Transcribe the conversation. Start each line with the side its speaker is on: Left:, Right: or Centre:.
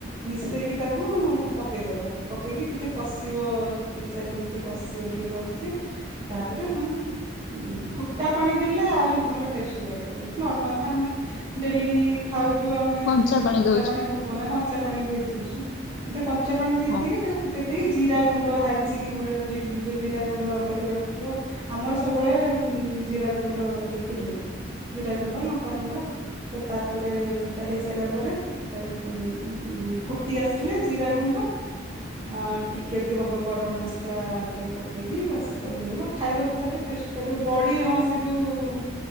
Right: ମିସେଇକି ତାକୁ ପକେଇଦବ। ପକେଇକି ଟିକେ କଷିବ ତିନି ଚାରି ମିନିଟ୍ କଷିବ ଟିକେ ଭଲସେ ତାପରେ କଣ ଉଁ। ଫୁଟା ପାଣି ଦେଲେ ଆହୁରି ଭଲ ଟେଷ୍ଟ ଲାଗେ, ଏମିତି ନର୍ମାଲ ତ ଆମେ ଡେଲି ଖାଉଛୁ ଆମେ
Left: କଞ୍ଚା
Right: ଫୁଟା
Left: ଦଉଛୁ
Right: ପାଣି ପକଉନା କଞ୍ଚା ପାଣି ଦେଇ ଦଉଛୁ। ଦେ ଞ୍ଚଆ ପାଣି
Left: ହଁ
Right: ଦେଇକି ତାକୁ ଫୁଟେଇ ଦେଇକି ଜିରା ଗୁଣ୍ଡ ଗ ଭାଜିକି ଜିରା ଗୁଣ୍ଡ କରିକି ରଖିଥିବ ଆମର ସବୁବେଳେ ଜିରା ଗୁଣ୍ଡ ହେଇକି ରୁହେ। ଜିରା ଗୁଣ୍ଡ, ଲଙ୍କାଗୁଣ୍ଡ ତ ତାପରେ ସେଟା ହେଇସାରିଲା ପରେ ତାକୁ ଉ ଫୁଟି ଆସିଲେ ଜିରା ଗୁଣ୍ଡ ଆଁ ଟିକେ ଦି ହବ ଗରମ ମସଲା ଟିକେ ପକେଇକି ବାସ୍ ଓହ୍ଲେଇବ ଖାଇବ ଥରେ ଟେ ଟେଷ୍ଟ କରିବ୍। ବଡି ହଁ ସେ ଯୋଉ